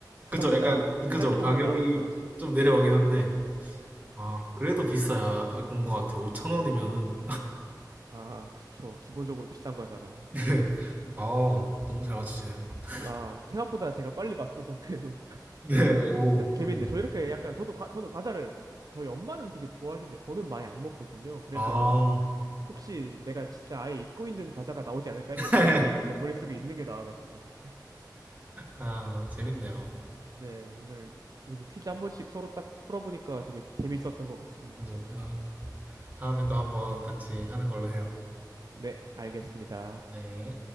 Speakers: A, on the right; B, on the right.
A: 가성비가
B: 그죠? 약간, 그죠?
A: 작은
B: 가격이
A: 거보단 나으니까.
B: 좀 내려가긴 한데, 아, 그래도 비싼 것 같아요. 5천원이면은.
A: 아, 그쵸. 기본적으로 비싼 과자라.
B: <laughs> 아 너무 잘 맞추시네요. <laughs>
A: 아, 생각보다 제가 빨리 맞춰서 그래도
B: 네, 오,
A: 그,
B: 그렇네요.
A: 재밌네. 저 이렇게 약간 저도 과, 저는 과자를 저희 엄마는 되게 좋아하시는데 저는 많이 안 먹거든요. 그래서
B: 아,
A: 약간 혹시 내가 진짜 아예 잊고 있는 과자가 나오지 않을까 했는데
B: <laughs>
A: 다행히 제 머릿속에 있는 게 나와가지고.
B: 아, 재밌네요.
A: 네, 오늘 이렇게 퀴즈 한 번씩 서로 딱 풀어보니까 되게 재밌었던 것 같습니다.
B: 그죠?
A: <laughs>
B: 아, 다음에 또 한번 같이 하는 걸로 해요.
A: 네, 알겠습니다.
B: 네.